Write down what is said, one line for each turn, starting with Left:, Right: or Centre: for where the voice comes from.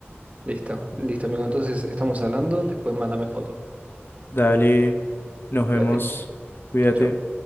Right: Listo, listo, amigo. Entonces estamos hablando. Después mándame foto.
Left: Dale, nos vemos,
Right: Cuídate.
Left: cuídate.
Right: Chao, chao.